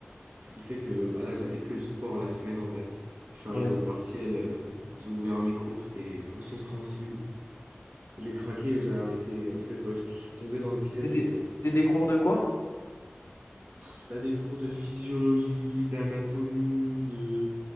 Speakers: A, on the right; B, on the left.
A: Ce qui fait que bah là, j'avais que le sport la semaine en vrai. Je suis
B: Ouais.
A: arrivé au partiel, euh, j'ai ouvert mes cours, c'était incompréhensible. J'ai craqué, j'ai arrêté. En fait, ouais, je je suis tombé dans le piège
B: C'était des,
A: de...
B: c'était des cours de quoi?
A: Pff, T'as des cours de physiologie, d'anatomie, de,